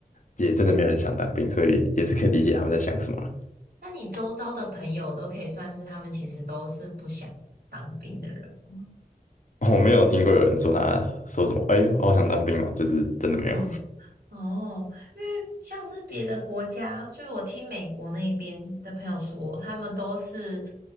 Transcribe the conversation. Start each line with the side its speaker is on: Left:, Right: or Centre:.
Left: 也真的没有人想当兵，所以也是可以理解他们在想什么啦
Right: 那你周遭的朋友都可以算是他们其实都是不想当兵的人吗
Left: <laughs> 我没有听过有人说他说什么，哎呦，我好想当兵哦，就是真的没有。
Right: 嗯，哦，因为像是别的国家，就是我听美国那边的朋友说，他们都是，